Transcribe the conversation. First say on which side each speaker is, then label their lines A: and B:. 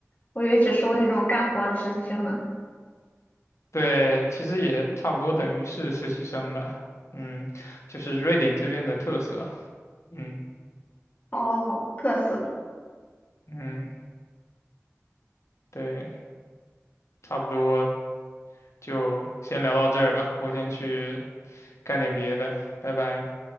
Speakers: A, on the left; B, on the left.
A: 我以为只收那种干活的实习生呢。
B: 对，其实也差不多等于是实习生吧。嗯，就是瑞典这边的特色。嗯
A: 哦，特色。
B: 嗯，对。差不多就先聊到这儿吧，我先去干点别的，拜拜。